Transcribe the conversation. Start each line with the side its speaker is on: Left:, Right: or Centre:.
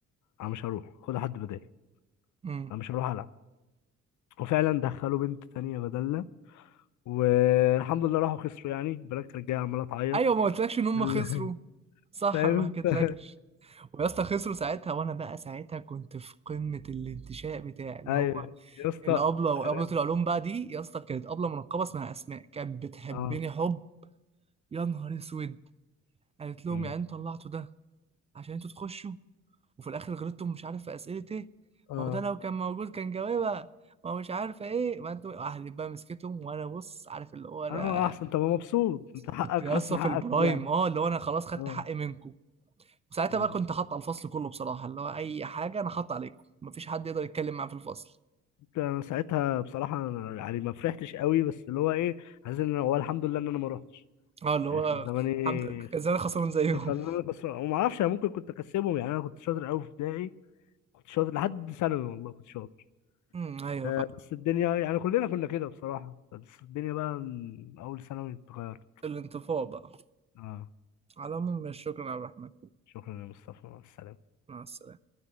Left: انا مش هروح خد حد بدالي
Right: امم
Left: انا مش هروح العب وفعلا دخلوا بنت تانية بدلنا والحمد لله راحوا خسروا يعني البنات كانت جايه عماله تعيط
Right: ايوه ما قلتلكش ان هم
Left: بال-
Right: خسروا
Left: <laughs>
Right: صح
Left: فاهم
Right: انا ما حكيتلكش
Left: ف-
Right: ويا اسطى خسروا ساعتها وانا بقى ساعتها كنت في قمه الانتشاء بتاعي اللي
Left: ايوه
Right: هو
Left: يا اسطى
Right: الابله وابله
Left: انا
Right: العلوم بقى دي يا اسطى كانت ابله منقبه اسمها اسماء كانت بتحبني
Left: اه
Right: حب يا نهار اسود قالت لهم
Left: أمم.
Right: يعني انتوا طلعتوا ده عشان انتوا تخشوا وفي الاخر غلطتم مش عارف في اسئله ايه
Left: اه
Right: ما هو ده لو كان موجود كان جاوبها ما هو مش عارفه ايه ما انتوا اهلي بقى مسكتهم وانا بص عارف اللي هو انا
Left: اه احسن طب مبسوط انت حقك
Right: كنت لسه
Left: حاسس ان
Right: في
Left: حقك
Right: البرايم
Left: كده يعني
Right: اه اللي هو انا خلاص خدت
Left: اه
Right: حقي منكم وساعتها
Left: أمم.
Right: بقى كنت حاطط على الفصل كله بصراحه اللي هو اي حاجه انا حاطط عليكم مفيش حد يقدر يتكلم معاه في الفصل
Left: انت انا ساعتها بصراحه أنا يعني ما فرحتش قوي بس اللي هو ايه عايز ان هو الحمد لله ان انا ما روحتش
Right: اه اللي هو
Left: يعني كان زماني
Right: الحمد لله كان زمان خسران زيهم
Left: خلوني خسران وما اعرفش انا ممكن كنت اكسبهم يعني انا كنت شاطر قوي في ابتدائي كنت شاطر لحد ثانوي والله كنت شاطر
Right: <laughs> امم ايوه
Left: آه،
Right: فاهم
Left: بس الدنيا يعني كلنا كنا كده بصراحة بس الدنيا بقى من اول ثانوي اتغيرت
Right: الانطفاء بقى
Left: اه
Right: على العموم شكرا عبد الرحمن
Left: شكرا يا مصطفى مع السلامة
Right: مع السلامه